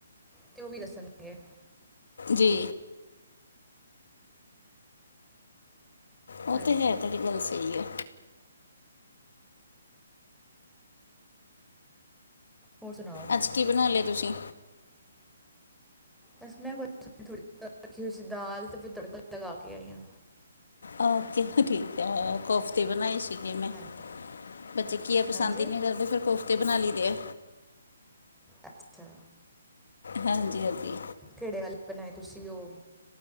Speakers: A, in the centre; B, on the left (about 70°).
A: ਤੇ ਓ ਵੀ ਦੱਸਣਗੇ।
B: ਜੀ। ਓ
A: ਹਾਂਜੀ
B: ਤੇ ਹੈ ਤੁਹਾਡੀ ਗੱਲ ਸਈ ਐ।
A: ਹੋਰ ਸੁਣਾਓ?
B: ਅੱਜ ਕੀ ਬਣਾ ਲਿਆ ਤੁਸੀਂ?
A: ਬਸ ਮੈਂ ਬ ਥੋੜ੍ਹੀ ਰੱਖੀ ਹੋਈ ਸੀ ਦਾਲ, ਤੇ ਫਿਰ ਤੜਕਾ ਲਗਾ ਕੇ ਆਈ ਆ।
B: ਓਕੇ ਠੀਕ ਐ, ਕੋਫਤੇ ਬਣਾਏ ਸੀ।
A: ਹਾਂ
B: ਏ ਮੈਂ ਬੱਚੇ ਕੀਆ ਪਸੰਦ
A: ਹਾਂਜੀ
B: ਈ ਨੀ ਕਰਦੇ ਫਿਰ ਕੋਫਤੇ ਬਣਾ ਲਈ ਦੇ ਐ।
A: ਅੱਛਾ।
B: ਹਾਂਜੀ-ਹਾਂਜੀ।
A: ਕੇੜੇ ਵਾਲੇ ਬਣਾਏ ਤੁਸੀਂ ਓ?